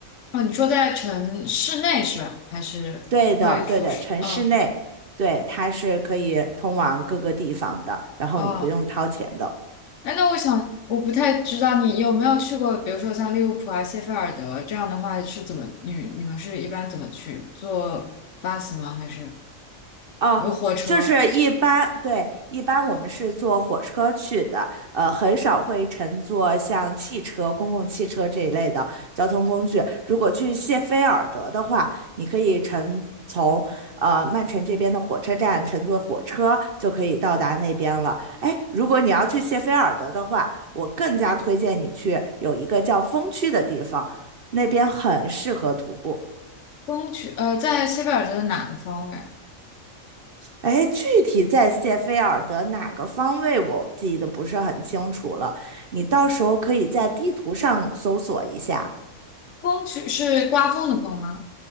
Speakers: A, on the left; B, on the right.
A: 哦，你说在城市内是吧？还是会出市？
B: 对的，对的，城市内，
A: 嗯
B: 对，它是可以通往各个地方的，然后你不用掏钱的。
A: 哦，哎，那我想我不太知道你有没有去过，比如说像利物浦啊、谢菲尔德这样的话，是怎么你你们是一般怎么去？坐巴士吗？还是
B: 哦，
A: 有火车？
B: 就是一般，对，一般我们是坐火车去的，呃，很少会乘坐像汽车、公共汽车这一类的交通工具。如果去谢菲尔德的话，你可以乘从呃曼城这边的火车站乘坐火车就可以到达那边了。哎，如果你要去谢菲尔德的话，我更加推荐你去有一个叫风区的地方，那边很适合徒步。
A: 风区呃，在谢菲尔德的哪个方位？
B: 哎，具体在谢菲尔德哪个方位，我记得不是很清楚了。你到时候可以在地图上搜索一下。
A: 风区是刮风的风吗？